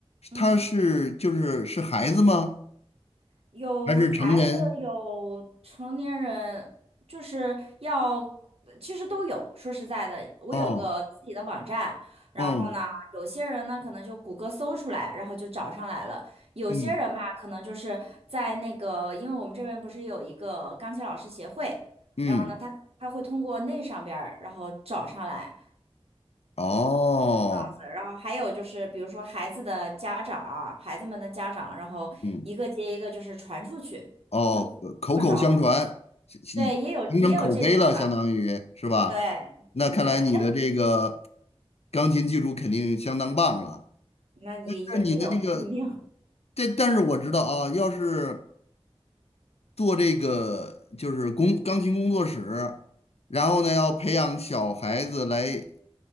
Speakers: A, on the right; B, on the left.
A: 嗯。
B: 他是就是是孩子吗？
A: 有孩子，
B: 还是成人？
A: 有成年人，就是要，其实都有。说实在的，我有个自己的网站，
B: 哦，
A: 然后呢，
B: 嗯
A: 有些人呢可能就谷歌搜出来，然后就找上来了；有些人吧，
B: 嗯
A: 可能就是在那个，因为我们这边不是有一个钢琴老师协会，
B: 嗯，
A: 然后呢，他他会通过那上边儿，然后找上来。
B: 哦，
A: 这样子，然后还有就是，比如说孩子的家长，孩子们的家长，然后一个接一个就是传出去，
B: 嗯哦，
A: 就这么着。
B: 口口相传，形形形成口碑了，
A: 对，也有也有这种的，
B: 相当于是吧？
A: 对
B: 那看来你的这个
A: 对，哎
B: 钢琴技术肯定相当棒了。
A: 那也也没有也没有，
B: 那你的那个，但但是我知道啊，要是做这个就是工钢琴工作室，然后呢要培养小孩子来